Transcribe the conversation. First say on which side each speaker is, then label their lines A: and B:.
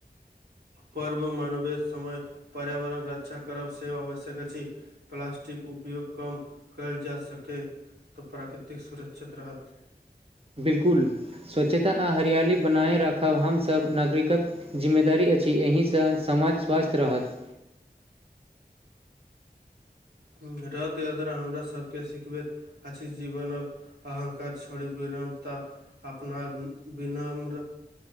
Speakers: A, on the right; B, on the right.
A: पर्व मानवेश समय पर्यावरण रक्षा करब सेहो आवश्यक अछि प्लास्टिक उपयोग कम कयल जा सकेै तऽ प्राकृतिक सुरक्षित रहत
B: बिलकुल स्वच्छता आ हरियाली बनाए राखब हमसभ नागरिकक जिम्मेदारी अछि एहिसँ समाज स्वस्थ रहत
A: रथ यात्रा हमरा सभके सिखबैत आ छै जीवन अहंकार छड़ी विनमता अपना विनम्र